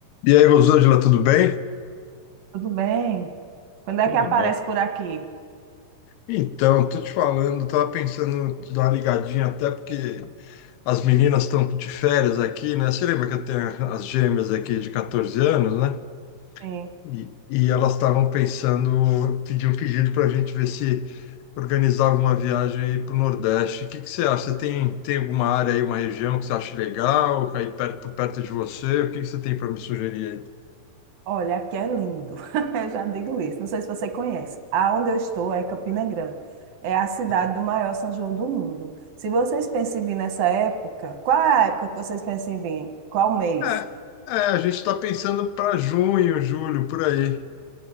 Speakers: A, on the left; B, on the right.
A: E aí, Rosângela, tudo bem?
B: Tudo bem? Quando é
A: Tudo
B: que aparece
A: bom.
B: por aqui?
A: Então, tô te falando, tava pensando em te dar uma ligadinha, até porque as meninas estão de férias aqui, né? Você lembra que eu tenho as gêmeas aqui de 14 anos, né?
B: Sim.
A: E, e elas estavam pensando, pediu um pedido para a gente ver se organizava uma viagem aí para o Nordeste. O que que você acha? Você tem, tem alguma área aí, uma região que você acha legal, aí perto, perto de você? O que que você tem para me sugerir
B: Olha, aqui é lindo. <laughs> Eu já digo isso. Não sei se você conhece. Aonde eu estou é Campina Grande. É a cidade
A: aí?
B: do maior São João do mundo. Se vocês pensam em vir nessa época, qual é a época que vocês pensam em vir? Qual mês?
A: É, é, a gente está pensando para junho, julho, por aí.